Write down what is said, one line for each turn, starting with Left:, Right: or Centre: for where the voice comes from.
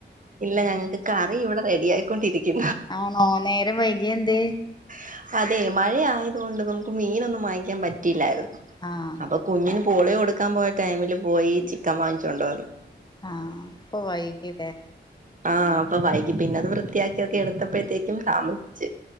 Right: ഇല്ല ഞങ്ങൾക്ക് കറി ഇവിടെ റെഡി ആായിക്കൊണ്ടിരിക്കു
Left: ആണോ നേരം വൈകിയ എന്തേ
Right: <inaudible> അതെ മഴയയ അതുകൊണ്ട് നമ്മുക്ക് മീനൊന്നും വാങ്ങിക്കാൻ പറ്റില്ലായിരുന്നു
Left: ആഹ്
Right: അപ്പൊ കുഞ്ഞാനും പോളിയ കൊടുക്കാൻ പോയ ടൈമില് പോയി ചിക്കൻ വാങ്ങിച്ചോണ്ടുവന്നു
Left: ആ അപ്പോ വായികി ല്ലേ
Right: ആഹ് അപ്പൊ വൈകി പിന്നെ അത് വൃത്തിയാക്കിക്കെ എടുത്തപ്പോഴത്തേക്കും താമസിച്ച്.